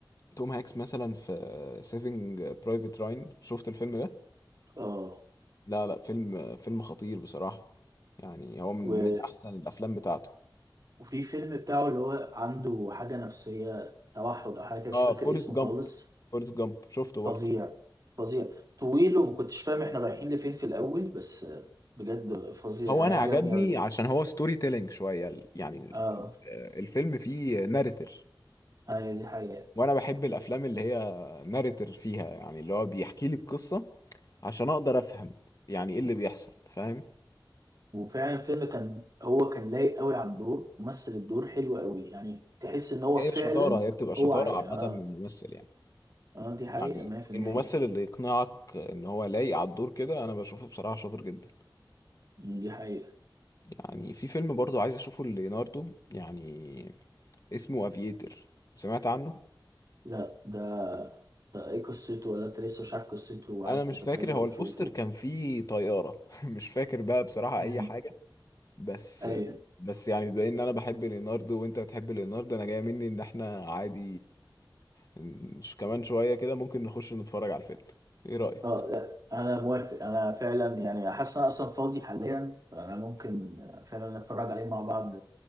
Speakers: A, on the left (about 45°); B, on the right (about 45°).
A: توم هانكس مثلا في سيفنج برايفت راين شفت الفيلم ده
B: اه
A: لا لا فيلم فيلم خطير بصراحة يعني هو من
B: و...
A: من أحسن الأفلام بتاعته
B: وفي فيلم بتاعه اللي هو عنده حاجة نفسية توحد او حاجة مش
A: اه
B: فاكر
A: فورست
B: اسمه
A: جامب
B: خالص
A: فورست جامب شفته برضه
B: فظيع فظيع طويل وما كنتش فاهم احنا رايحين لفين في الاول بس آه، بجد فظيع
A: هو
B: يعني
A: أنا
B: عجبني
A: عجبني
B: قوي
A: عشان هو ستوري تيلينج شوية ال- يعني ال-
B: اه
A: ال- الفيلم فيه ناريتور
B: ايوه دي حقيقة
A: وأنا بحب الأفلام اللي هي ناريتور فيها يعني اللي هو بيحكي لي القصة عشان أقدر أفهم يعني إيه اللي بيحصل فاهم
B: وفعلا الفيلم كان هو كان لايق قوي على الدور ومثل الدور حلو قوي يعني تحس ان هو
A: هي
B: فعلا
A: شطارة هي بتبقى شطارة
B: هو عي...
A: عامة
B: اه
A: من الممثل يعني
B: اه دي حقيقة
A: يعني
B: 100%
A: الممثل اللي يقنعك إن هو لايق على الدور كده أنا بشوفه بصراحة شاطر جدا
B: دي حقيقة
A: يعني في فيلم برضو عايز اشوفه ليوناردو يعني اسمه افييتر سمعت عنه
B: لا ده ده ايه قصته ولا انت لسه مش عارف قصته وعايز
A: انا مش
B: تتفاجأ
A: فاكر هو
B: وتشوفه
A: البوستر كان فيه طيارة <laughs> مش فاكر بقى بصراحة
B: امم
A: اي حاجة بس
B: ايوه
A: بس يعني بما ان انا بحب ليوناردو وانت بتحب ليوناردو انا جاي مني ان احنا عادي مش كمان شوية كده ممكن نخش نتفرج على الفيلم ايه رأيك
B: اه لا انا موافق انا فعلا يعني حاسس ان انا اصلا فاضي حاليا انا ممكن فعلا نتفرج عليه مع بعض